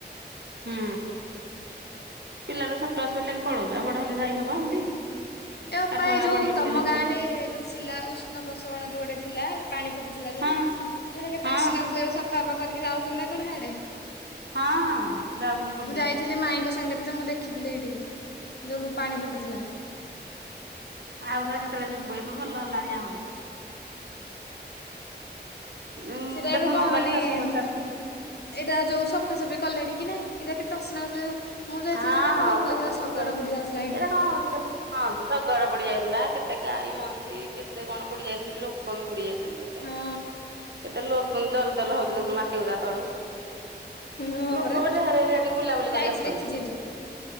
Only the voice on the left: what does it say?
ଏପାୟ
ଯୋଉଁ
ତମ
ଗାଁ ରେ ଯୋଉଁ ଥିଲା ଉଷ୍ଣ ପ୍ରସଣ ଯୋଉଁ ଗୋଟେ ଥିଲା ପାଣି ଫୁଟୁ ଥିଲା ଯୋଉଁ
କେତେ
ଅସନା କରିଥିଲା ସଫା ପଫା କରିକି ଯାଉଛନ୍ତି ନା କଣ ହିଆଡ଼େ।
ଯାଇଥିଲି ମାଇଁଙ୍କ ସାଙ୍ଗରେ ଯେ ମୁଁ ଦେଖିଥିଲି ଏଇଠି ଯୋଉଁ ପାଣି ଫୁଟୁଥିଲା।
ସେଇଟା
ଏବେ କଣ
ମାନେ
ଏଇଟା
ଯୋଉ ସଫାସଫି କଲେଣି କି ନାଇଁ ଏଇଟା କେତେ ଅସନା ହେଉଥିଲା ଯୋଉଁ ମୁଁ ଯାଇଥିଲି
ଯଉଁ ଟାଇମ ରେ କହୁଥିଲ
ଶଗଡ଼
ବୁଡିଆ ଆସଥିଲା ତ।
ହଁ
ହଁ
ପରା
ମୁଁ ଯାଇଛି
ଦେଖିଛି ଏଇଠି।